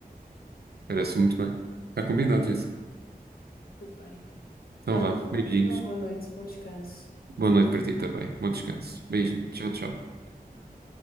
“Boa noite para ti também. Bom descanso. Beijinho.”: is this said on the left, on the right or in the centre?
Right